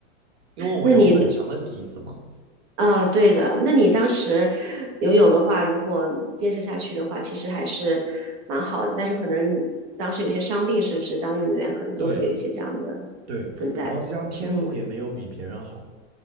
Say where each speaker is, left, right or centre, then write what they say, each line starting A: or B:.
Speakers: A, on the right; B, on the right.
A: 因为我有很强的底子嘛。
B: 那你啊，对的。那你当时游泳的话，如果坚持下去的话，其实还是蛮好的。但是可能当时有些伤病，是不是？当运动员可能都会有一些这样的存在。
A: 对对，然后再加上天赋也没有比别人好，
B: 嗯